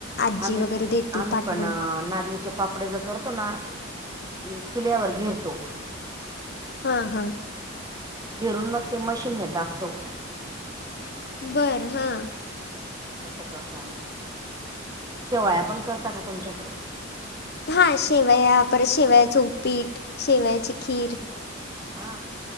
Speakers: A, on the left; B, on the right.
A: आजी
B: आम्ही-आम्ही
A: वगैरे देती पाठवून.
B: पण नागली चे पापडे ज करतो ना, चुल्यावर घेरतो.
A: हा-हा.
B: घेरून मग ते मशीनने दाबतो.
A: बर हां.
B: असं करतो आम्ही, शेवाळ्या पण करता का तुमच्याकडे?
A: हा, शेवया, परत शेवयांचं उपीट, शेवयांची खीर.
B: हा,